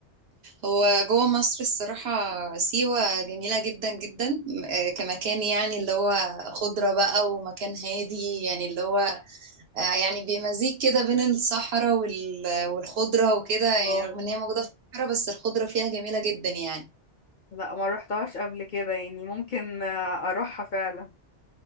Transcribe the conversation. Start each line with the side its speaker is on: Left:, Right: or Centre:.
Right: هو جوه مصر الصراحه سيوه جميله جدا جدا م- آه، كمكان يعني اللي هو خضره بقى ومكان هادي يعني اللي هو آه، يعني بمزيج كده بين الصحراء وال- والخضره وكده يعني
Left: اه
Right: رغم ان هي موجوده في الصحراء بس الخضره فيها جميله جدا يعني
Left: لا ما روحتهاش قبل كده يعني ممكن آه، أروحها فعلا